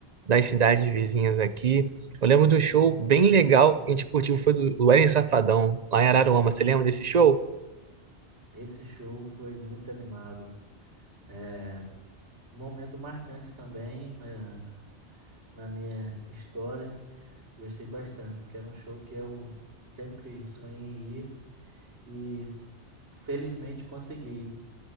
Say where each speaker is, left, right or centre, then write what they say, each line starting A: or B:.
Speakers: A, on the right; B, on the right.
A: das cidades vizinhas aqui. Eu lembro do show bem legal que a gente curtiu, foi do do Wesley Safadão, lá em Araruama. Você lembra desse show?
B: Esse show foi muito animado. É, Um momento marcante também na, na minha história. Gostei bastante, porque era um show que eu sempre sonhei em ir e felizmente consegui.